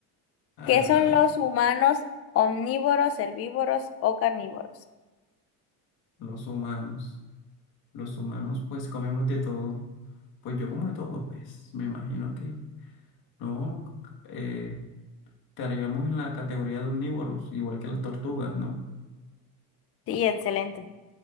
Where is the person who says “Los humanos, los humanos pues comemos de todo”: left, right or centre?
Left